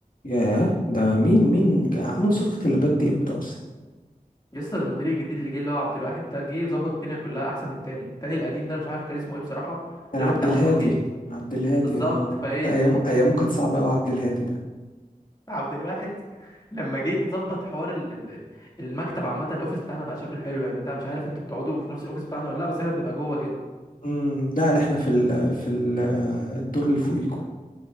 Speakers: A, on the left; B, on the left.
A: ياه ده مين مين جا- عمل صفقة اللبات دي امتى اصلا
B: يسطا المدير الجديد اللي جه اللي هو عبد الواحد ده جه ظبط الدنيا كلها احسن من التاني التاني القديم ده أنا مش عارف كان اسمه ايه بصراحه
A: كان
B: تقريبا
A: عبد
B: انت عارفه
A: الهادي
B: اكيد
A: عبد الهادي
B: بالظبط
A: اه
B: فايه
A: ده ايامه ايامه كانت صعبة قوي عبد الهادي ده
B: فعبد الواحد <laughs> لما جه ظبط حوار ال- ال- المكتب عامه الاوفيس بتاعنا بقى شكله حلو يعني انت مش عارف انتوا بتقعدوا في نفس الاوفيس بتاعنا ولا لا بس احنا بنبقى جوه كده
A: امم لا لا، احنا في ال في ال الدور اللي فوقيكو